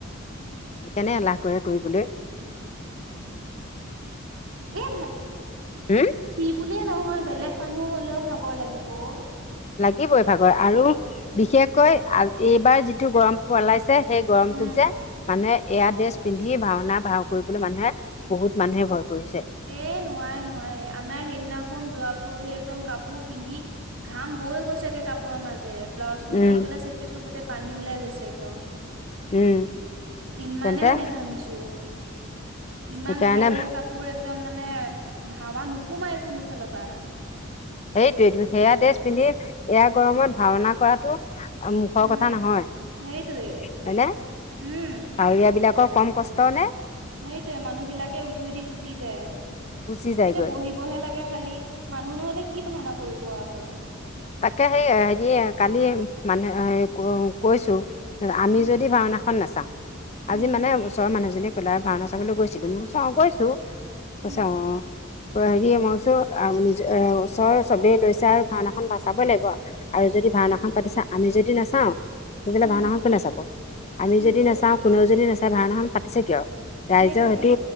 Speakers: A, on the left (about 35°); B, on the right (about 75°).
A: সেইকাৰণে এলাহ কৰে কৰিবলৈ ।
B: এ ভে--সি
A: হম
B: বুলিয়ে নহয়, বেলেগ মানুহ হ লেও ভাগৰ লাগিব অও।
A: লাগিবই ভাগৰ আৰু বিশেষকৈ আ এইবাৰ যিটো গৰম পেলাইছে । সেই গৰমটোত
B: উম
A: যে মানুহে এয়া ড্ৰেছ পিন্ধি ভাওনা- ভাও কৰিবলৈ মানুহে, বহুত মানুহে ভয় কৰিছে
B: এ নোৱাৰে, নোৱাৰে আমাৰ সেইদিনা খন, যোৱা পৰহি একদম কাপোৰ পিন্ধি, ঘাম বৈ গৈছেগে কাপোৰৰ মাজেৰে । ব্লাউজটো
A: উম
B: খুলি পেলাই চেপিছোঁ, গোটেই পানী ওলাই গৈছে একদম ।
A: উম
B: ইমানে
A: তেন্তে
B: মানে, ঘামিছোঁ । ইমান
A: সেইকাৰণে
B: ভাৰি- ভাৰি কাপোৰ এক মানে, হাৱা নোসোমাই কোনো ফালপা ।
A: সেইটোৱেটো সেয়া ড্ৰেছ পিন্ধি, এয়া গৰমত ভাওনা কৰাটো আ মুখৰ
B: উম
A: কথা নহ'য়, হ'য়নে?
B: সেইটোৱে উম
A: ভাওৰীয়া বিলাকক কম কষ্ট নে?
B: সেইটোৱে, মানুহ বিলাকে উঠি উঠি গুচি যায় ।
A: গুচি যায়গৈ
B: হেঁতে বহিবহে লাগে খালি । মানুহ নহ'লে কি ভাওনা কৰিব আৰু
A: তাকে, সেইয়ে সিয়ে কালি মানে, আ--এ ক কৈছো আমি
B: উম
A: যদি ভাওনাখন নাচাওঁ ।
B: উম
A: আজি মানে, ওচৰৰ মানুহখিনিয়ে ক'লে আও, ভাওনা চাবলৈ গৈছিলি? মই কৈছো, 'অঁ গৈছোঁ '। কৈছে
B: উম
A: অঁ, কৈ হেৰি, মই কৈছো আপুনি নিজে ও চৰ চবেই গৈছে আৰু ভাওনাখন বা চাবই লাগিব আও আৰু যদি ভাওনাখন
B: উম
A: পাতিছে আমি যদি নাচাওঁ তেতিয়া হ'লে
B: উম
A: ভাওনাখন কোনে চাব? আমি
B: সেইটোৱে
A: যদি নাচাওঁ, কোনেও যদি নাচাই, ভাওনাখন পাতিছে কিয়? ৰাইজৰ
B: সেইটোৱে
A: হেইটো